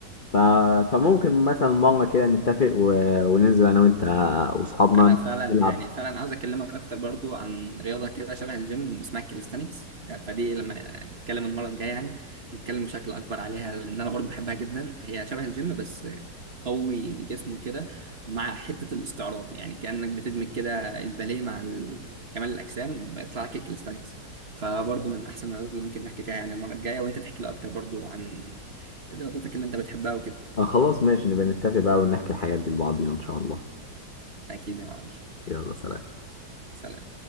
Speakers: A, on the left; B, on the right.
A: ف... فممكن مثلا مانجا كده نتفق و... وننزل انا وانت واصحابنا
B: انا فعلا
A: نلعب
B: يعني فعلا عاوز اكلمك اكتر برضو عن رياضه كده شبه الجيم اسمها الكاليستانكس فدي لما نتكلم المره الجايه يعني نتكلم بشكل اكبر عليها لان انا برضو بحبها جدا هي شبه الجيم بس قوي الجسم وكده مع حته الاستعراض يعني كانك بتدمج كده الباليه مع ال- كمال الاجسام بيطلع لك الكاليستانكس فبرضو من احسن الرياضات اللي ممكن نحكي فيها يعني المره الجايه وانت تحكي لي اكتر برضو عن رياضتك اللي انت بتحبها وكده
A: آه خلاص ماشي نبقى نتفق بقى ونحكي الحاجات دي لبعضينا ان شاء الله
B: اكيد يا معلم
A: يلا سلام
B: سلام